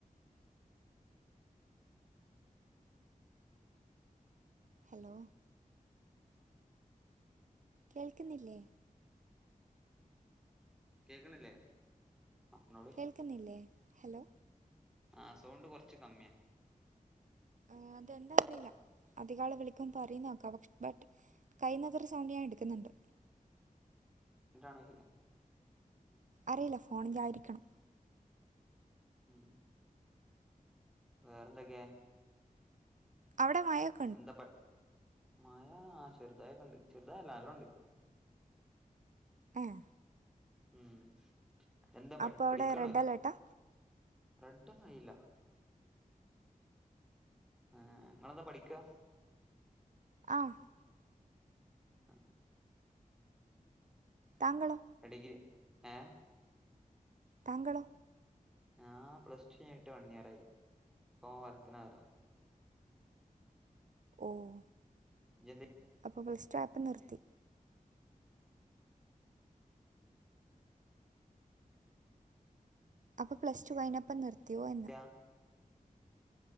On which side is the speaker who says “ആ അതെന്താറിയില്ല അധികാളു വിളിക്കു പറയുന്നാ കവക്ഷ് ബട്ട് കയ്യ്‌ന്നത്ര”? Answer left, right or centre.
Right